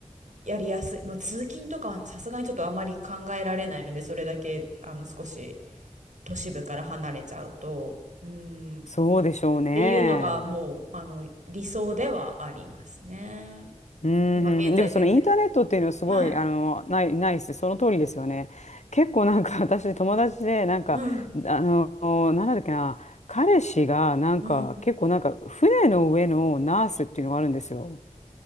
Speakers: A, on the right; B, on the left.
A: やりやすい、まあ、通勤とかはさすがにちょっとあまり考えられないのでそれだけあの少し。都市部から離れちゃうと、うん、っ
B: そうでしょうね。
A: ていうのがもうあの理想ではありますね。
B: うーん、
A: 今現在全然。
B: でもそのインターネットっていうのはすごい、
A: はい。
B: あの、ない、ないです。その通りですよね。結構なんか <laughs> 私友達で、なんか、
A: うん。
B: あの、なんだっけな、彼氏がなんか結構なんか船の上のナースっていうのがあるんですよ。
A: うん。